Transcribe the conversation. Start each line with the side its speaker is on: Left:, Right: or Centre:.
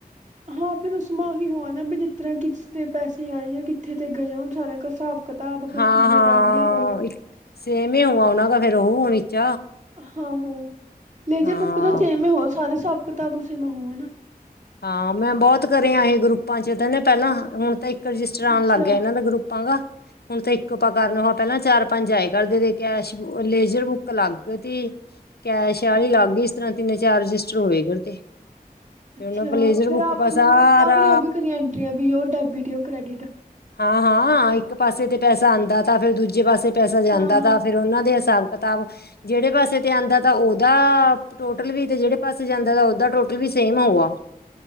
Right: ਹਾਂ ਫਿਰ ਉਸ ਮਾਂਹੀ ਹੋਆ ਨਾ, ਵੀ ਜਿਸ ਤਰ੍ਹਾਂ ਕਿਸ ਤੇ ਪੈਸੇ ਆਏ ਯਾਂ ਕਿਥੇ ਤੇ ਗਏ ਆਂ ਹੁਣ ਸਾਰਿਆਂ ਕਾ ਸਾਬ ਕਿਤਾਬ ਫੇਰ
Left: ਹਾਂ
Right: ਕਿਨੇ
Left: ਹਾਂ।
Right: ਰਹਿ ਗਏ ਆਂ ੳ
Left: ਇੱਕ ਸੇਮ ਈ ਹੋਆ ਗਾ ਫੇਰ ੳ ਵਿਚ
Right: ਹਾਂ-ਹਾਂ ਲੇਜਰ
Left: ਹਾਂ।
Right: ਬੁੱਕ ਤਾਂ ਸੇਮਂ ਹੋ ਸਾਰੇ ਹਿਸਾਬ ਕਿਤਾਬ ਉਸੇ ਮੇ ਹੋਵੇਨਾ
Left: ਹਾਂ ਮੈ ਬਹੁਤ ਕਰਿਆ ਇਂਹਾ ਗਰੁੱਪਾਂ ਚ ਪੈਲਾ ਹੁਣ ਤਾਂ ਰਜਿਸਟਰ
Right: ਅੱਛਾ
Left: ਆਣ ਲੱਗ ਗਿਆ ਇਨਾ ਗਰੁੱਪਾਂ ਦਾ, ਹੁਣ ਤਾਂ ਇਕ ਆਪਾਂ ਕਰਨਾ ਲਵਾ ਪੈਲਾ ਚਾਰ ਪੰਜ ਆਏ ਕਰਦੇ ਦੇ ਕੈਸ਼ ਲੇਜ਼ਰ ਬੁੱਕ ਕ ਅਲਾਗ ਥੀ, ਕੈਸ਼ ਆਲੀ ਲਾਗ ਇਸ ਤਰ੍ਹਾਂ ਤਿੰਨ ਚਾਰ ਰਜਿਸਟਰ ਹੋਏ ਕਰਦੇ
Right: ਅਛਾ,
Left: ਤੇ ਉਹਨਾਂ ਪਰ ਲੇਜ਼ਰ
Right: ਫਿਰ
Left: ਬੁੱਕ
Right: ਆਪ
Left: ਪਾ
Right: ਨੂੰ
Left: ਸਾਰਾ
Right: ਆਪ ਨੇ ੳ ਵੀ ਕਰੀਆਂ ਐਨਟਰੀਆਂ ਵੀ ਯੋ ਡੈਬਿਟ ਯੋ ਕ੍ਰੈਡਿਟ
Left: ਹਾਂ-ਹਾਂ ਇਕ ਪਾਸੇ ਤੇ ਪੈਸਾ ਆਂਦਾ ਥਾ, ਫੇਰ ਦੂਜੇ ਪਾਸੇ ਪੈਸਾ ਜਾਂਦਾ
Right: ਹਾਂ ਹਾਂ
Left: ਥਾ, ਫਿਰ ਉਨਾ ਦੇ ਹਿਸਾਬ ਕਿਤਾਬ ਜੈੜੇ ਪਾਸੇ ਤੇ ਆਂਦਾ ਥਾ ਉਦਾ ਟੋਟਲ ਵੀ, ਤੇ ਜਿਹੜੇ ਪਾਸੇ ਜਾਦਾ ਥਾ ਉਦਾ ਟੋਟਲ ਵੀ ਸੇਮ ਹੋਗਾ-